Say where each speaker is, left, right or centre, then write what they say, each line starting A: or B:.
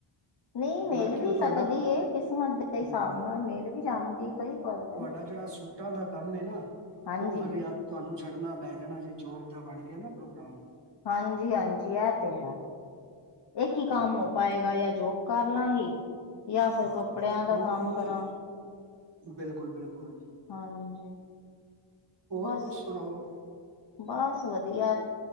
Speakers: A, on the left; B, on the right.
A: ਨਹੀਂ ਮਿਲ
B: ਬਾਕੀ
A: ਵੀ
B: ਉਹ ਤੁਹਾਡਾ
A: ਸਕਦੀ ਹੈ, ਕਿਸਮਤ ਦੇ ਹਿਸਾਬ
B: ਹੂੰ
A: ਨਾਲ ਮਿਲ ਵੀ ਜਾਂਦੀ ਹੈ ਕਈ ਕਰਦੇ ਨੇ
B: ਆ ਜਿਹੜਾ ਸੂਟ ਸੂਟਾਂ ਦਾ ਕੰਮ ਨਾ
A: ਹਾਂਜੀ
B: ਉਹ ਫਿਰ ਯਾਰ ਤੁਹਾਨੂੰ ਛੱਡਣਾ ਪੈ ਜਾਣਾ ਜੇ ਜੋਬ ਦਾ ਬਣ ਗਿਆ ਨਾ ਪ੍ਰੋਗਰਾਮ,
A: ਹਾਂਜੀ-ਹਾਂਜੀ ਇਹ ਤੇ ਹੈ। ਇਕ ਹੀ ਕੰਮ
B: ਹੂੰ
A: ਹੋ
B: ਹੂੰ
A: ਪਾਏਗਾ, ਜਾ ਜੋਬ ਕਰ ਲਵਾਂਗੀ। ਜਾਂ ਫਿਰ
B: ਹਾਂ
A: ਕੱਪੜਿਆਂ
B: ਉਹ
A: ਦਾ ਕੰਮ
B: ਉਹੀ
A: ਕਰਾਂ।
B: ਬਿਲਕੁਲ ਬਿਲਕੁਲ
A: ਹਾਂਜੀ,
B: ਹੋਰ
A: ਬਸ
B: ਕੁਛ ਸੁਣਾਓ?
A: ਬਸ ਵਧੀਆ